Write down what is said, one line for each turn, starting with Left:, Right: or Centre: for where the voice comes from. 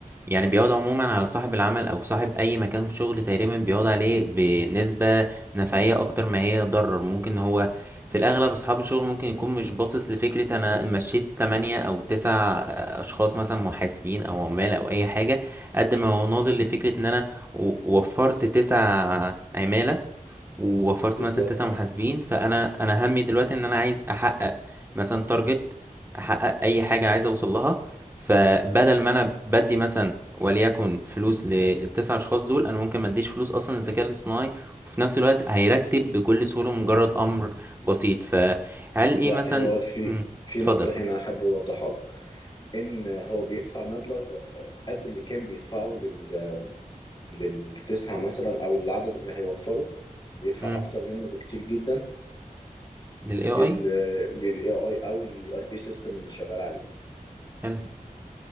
Right: يعني بيعود عموما على صاحب العمل أو صاحب أي مكان في شغل تقريبا بيعود عليه بنسبة نفعية أكتر ما هي ضرر ممكن هو في الأغلب أصحاب الشغل ممكن يكون مش باصص لفكرة أنا مشيت تمانية أو تسع أشخاص مثلا محاسبين أو عمال أو أي حاجة قد ما هو ناظر لفكرة إن أنا و- وفرت تسع عمالة ووفرت
Left: بالظبط
Right: مثلا تسع محاسبين فانا انا همي دلوقتي ان انا عايز احقق مثلا تارجت احقق اي حاجه عايز اوصل لها فبدل ما انا بدي مثلا وليكن فلوس للتسع اشخاص دول انا ممكن ما اديش فلوس اصلا للذكاء الاصطناعي وفي نفس الوقت هيرتب بكل سهوله مجرد امر بسيط فهل ايه
Left: لا
Right: مثلا
Left: هو في
Right: مم،
Left: في
Right: اتفضل
Left: نقطة
Right: اتفضل
Left: هنا حابب أوضحها لك ان هو بيدفع مبلغ آه، قد اللي كان بيدفعه لل للتسعة مثلا او العدد اللي هيوفره بيدفع
Right: امم
Left: اكتر منه بكتير جدا
Right: للاي
Left: لل
Right: اي
Left: للاي اي او للاي ار بي سيستم اللي شغال عليه
Right: حلو